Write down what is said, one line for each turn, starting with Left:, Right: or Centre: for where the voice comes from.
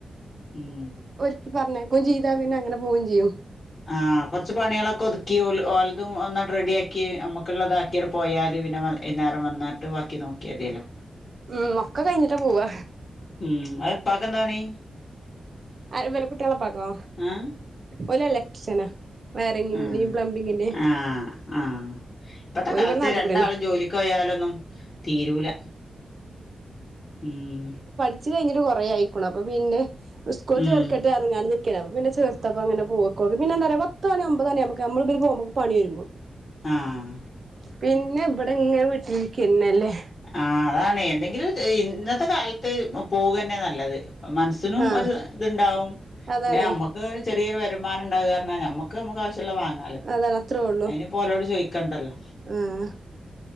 Left: ഉം
Right: ക്കി പറഞ്ഞയക്കും ചെയ്താ പിന്നെ അങ്ങനെ പോകും ചെയ്യും.
Left: ആഹ് കൊറച്ച് പണ്യാളൊക്കെ ഒതുക്കി ഓലതും ഒന്നണ്ട് റെഡിആക്കി നമ്മക്കുള്ളതാ ക്ക്യണ് പോയാല് പിന്നെ വൈന്നേരം വന്നാട്ട് വാക്കി നോക്കിയാതിയല്ലോ.
Right: ഉം ഒക്കെ കഴിഞ്ഞിട്ടാ പോവാ
Left: ഉം ആഹ് ഉപ്പാക്കെന്താ പണി.
Right: ആരെ ഇവലെ കുട്ട്യാളെ ഇപ്പാക്കോ
Left: ഏഹ്
Right: ഓല് ഇലക്ട്രിഷ്യനാ വയറിങ്ങിന്റേം
Left: ആഹ്
Right: പ്ലംബിങ്ങന്റേം
Left: ആഹ് ആഹ് ഇപ്പത്തെ കാലത്ത്
Right: ഇവിടെ നാട്ടികൂടെന്നെ
Left: രണ്ടാളും ജോലിക്ക് പോയാലൊന്നും തീരൂല. ഉം.
Right: ച്ച് കൈഞ്ഞിട്ട് കുറേ അയ്ക്കുണു അപ്പൊ പിന്നെ സ്കൂളിൽ
Left: ഉം
Right: ചേർക്കട്ടെ അങ്ങാണ് നിക്കണ അപ്പ പിന്നെ ചേർത്തപ്പോ അങ്ങനെ പോക്കോ പിന്നെന്താറയ മൊത്തോ പണി ഒമ്പതണിയാമ്പക്ക് നമ്മള് പോകുമ്പോ പണി വരുമ്പോ
Left: ആഹ്
Right: പിന്നെ ഇവിടെ ഇങ്ങനെ വീട്ടിരിക്കന്നെല്ലേ
Left: ആഹ് അതാണ് എന്തെങ്കിലും ഇന്നത്തെ കാല ത്ത് പോവന്നെ നല്ലത് മനസ്സിനും
Right: ആഹ്
Left: ഒരു ഇത്ണ്ടാവും
Right: അതാണേ
Left: പിന്നെ നമ്മുക്ക് ചെറിയൊരു വരുമാനം ഇണ്ടാവ പറഞ്ഞാ നമ്മുക്ക് നമുക്ക് ആവശ്യള്ളത് വാങ്ങാലോ
Right: അതാണ് അത്രേ ഉള്ളൂ
Left: അയ്ന് ഓലോട് ചോയ്ക്കണ്ടല്ലോ
Right: ആഹ്